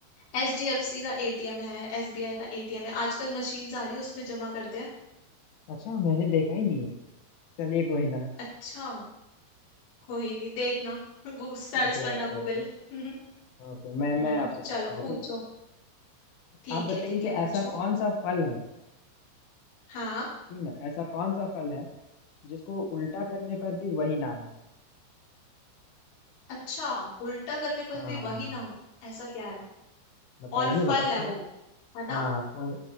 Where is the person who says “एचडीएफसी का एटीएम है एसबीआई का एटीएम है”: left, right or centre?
Left